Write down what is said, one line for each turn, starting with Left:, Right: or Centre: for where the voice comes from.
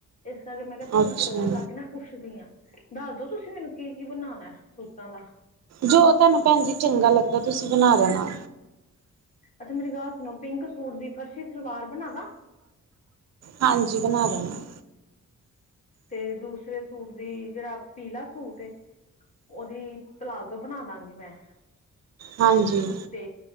Left: ਇਸ ਕਰਕੇ ਮੈਂ ਕਿਹਾ ਚੱਲ
Right: ਅੱਛਾ
Left: ਮੈਂ ਕੋਲ ਕਰਕੇ ਨਾ ਪੁੱਛਦੀ ਆਂ। ਦੱਸਦੋ ਤੁਸੀਂ ਮੈਨੂੰ, ਕੀ ਕੀ ਬਣਾਣਾ ਐ ਸੂਟਾਂ ਦਾ।
Right: ਜੋ ਤਾਨੂੰ ਭੈਣ ਜੀ ਚੰਗਾ ਲੱਗਦਾ, ਤੁਸੀਂ ਬਣਾ ਦੇਣਾ।
Left: ਅੱਛਾ ਮੇਰੀ ਗੱਲ ਸੁਣੋ, ਪਿੰਕ ਸੂਟ ਦੀ ਫਰਸ਼ੀ ਸਲਵਾਰ ਬਣਾਦਾਂ?
Right: ਹਾਂਜੀ, ਬਣਾ ਦੇਣਾ।
Left: ਤੇ ਦੂਸਰੇ ਸੂਟ ਦੀ, ਜਿਹੜਾ ਪੀਲਾ ਸੂਟ ਏ ਉਹਦੀ ਪਲਾਜ਼ੋ ਬਣਾ ਦਾਂਗੀ ਮੈਂ।
Right: ਹਾਂਜੀ।
Left: ਤੇ